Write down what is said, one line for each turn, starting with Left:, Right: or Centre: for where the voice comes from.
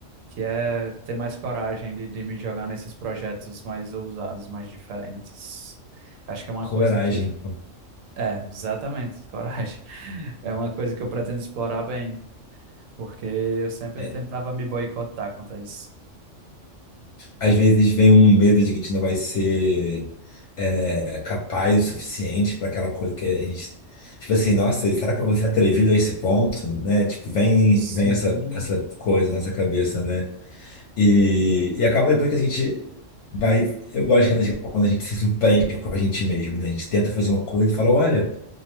Right: Que é ter mais coragem de, de me jogar nesses projetos mais ousados, mais diferentes. Acho que é uma
Left: Coragem.
Right: coisa que. É, exatamente, <laughs> coragem. É uma coisa que eu pretendo explorar bem. porque eu sempre
Left: É,
Right: tentava me boicotar quanto a isso.
Left: Às vezes vem um medo de que a gente não vai ser é, capaz o suficiente para aquela coisa que a gente. Tipo assim, nossa, será que eu vou ser atrevido a esse ponto? Né? Tipo, vem,
Right: Sim,
Left: vem essa, essa coisa na nossa cabeça, né? E, e acaba depois que a gente vai. Eu gosto quando a gente, quando a gente se surpreende com a gente mesmo, né? A gente tenta fazer uma coisa e fala, olha,